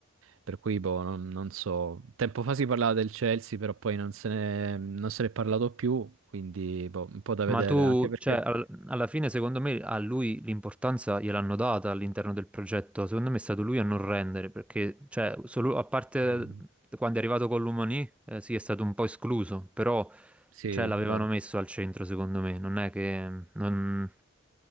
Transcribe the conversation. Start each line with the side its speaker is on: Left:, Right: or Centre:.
Right: Per cui, boh, non, non so. Tempo fa si parlava del Chelsea, però poi non se ne, non se ne è parlato più, quindi, boh, un po' da
Centre: Ma
Right: vedere,
Centre: tu,
Right: anche perché...
Centre: cioè, al- alla fine, secondo me, a lui l'importanza gliel'hanno data all'interno del progetto. Secondo me è stato lui a non rendere, perché, cioè, solo, a parte
Right: eh,
Centre: quando è arrivato con l'Umani, eh, sì, è stato un po' escluso, però,
Right: sì,
Centre: cioè, l'avevano
Right: è vero.
Centre: messo al centro, secondo me. Non è che... non-